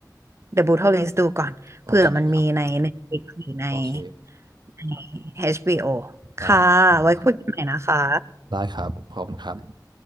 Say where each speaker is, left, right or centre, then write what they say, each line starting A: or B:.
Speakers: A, on the right; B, on the right.
A: The Brutal List ดูก่อนเผื่อมันมีใน
B: โอเคครับ
A: Netflix หรือใน
B: โอเค
A: ใน HBO
B: ได้
A: ค่ะไว้คุยกันใหม่นะคะ
B: ครับได้ครับขอบคุณครับ